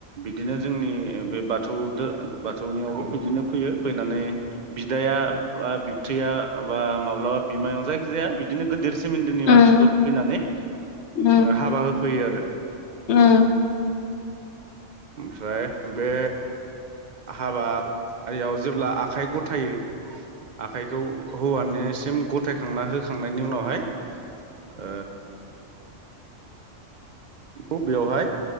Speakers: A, on the right (about 45°); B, on the left (about 65°).
A: दिनो जोंनि बे बाथौ दो बाथौनियावबो बिदिनो फैयो। फैनानै बिदाया बा बिबथैया बा माब्लाबा बिमायं जायखिजाया बिदिनो गोदोर सो सोमोनदोनि
B: उम
A: मानसिफोर फैनानै
B: उम
A: हाबा होफैयो आरो।
B: उम।
A: ओमफ्राय बे हाबायाव जेब्ला आखाइ गथायो आखाइखौ हौवानिसिम गथायखांना होखांनायनि उनावहाय ओ बेखौ बेवहाय